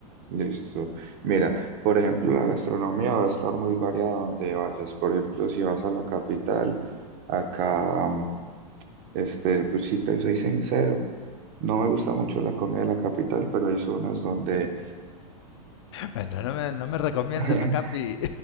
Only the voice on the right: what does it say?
listo. Mira, por ejemplo, la gastronomía va a estar muy variada donde vayas. Por ejemplo, si vas a la capital, acá mm, Este, pues si te soy sincero, no me gusta mucho la comida de la capital, pero hay zonas donde...
<laughs>